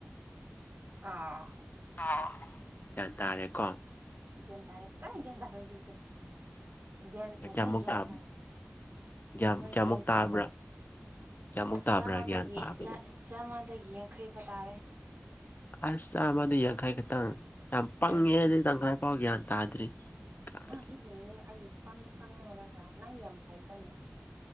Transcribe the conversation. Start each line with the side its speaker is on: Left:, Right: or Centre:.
Right: ꯑꯥꯎ
Left: ꯑꯣ ꯒ꯭ꯌꯥꯟ ꯇꯥꯔꯦꯀꯣ
Right: ꯒ꯭ꯌꯥꯟ ꯇꯥꯔꯦ ꯐꯖꯅ ꯒ꯭ꯌꯟ ꯇꯥꯔꯦ ꯍꯧꯖꯤꯛꯗꯤ ꯒ꯭ꯌꯟ
Left: ꯀꯌꯥꯃꯨꯛ
Right: ꯉꯁꯥꯏ ꯒ꯭ꯌꯟ
Left: ꯇꯥꯕ
Right: ꯇꯥ
Left: ꯒ꯭ꯌꯥꯟ
Right: ꯉꯁꯥꯏ
Left: ꯀꯌꯥꯃꯨꯛ
Right: ꯒ꯭ꯌꯟ
Left: ꯇꯥꯕ꯭ꯔꯥ
Right: ꯇꯥꯗꯕ
Left: ꯀꯌꯥꯃꯨꯛ ꯇꯥꯕ꯭ꯔꯥ
Right: ꯆꯥꯃꯥꯗꯒꯤ
Left: ꯒ꯭ꯌꯥꯟ ꯇꯥꯕꯗꯣ
Right: ꯆꯥ ꯆꯥꯝꯃꯗꯒꯤ ꯌꯥꯡꯈꯩ ꯐ ꯇꯥꯥꯔꯦ
Left: ꯑꯁ ꯆꯥꯝꯃꯗ ꯌꯥꯡꯈꯩ ꯈꯇꯪ ꯌꯥꯝ ꯄꯪꯉꯤꯍꯦ
Right: ꯎꯝ
Left: ꯗꯨꯗꯤ ꯇꯪꯈꯥꯏ ꯐꯥꯎ ꯒ꯭ꯌꯥꯟ ꯇꯥꯗ꯭ꯔꯤ ꯀꯥꯏꯗꯒꯤ
Right: ꯅꯪꯁꯨ ꯂꯣꯏꯔꯦ ꯑꯩꯕꯨ ꯄꯪꯉꯦ ꯄꯪꯉꯦ ꯍꯥꯏꯔꯒ ꯅꯪ ꯌꯥꯝ ꯍꯩꯕ꯭ꯔꯅꯦ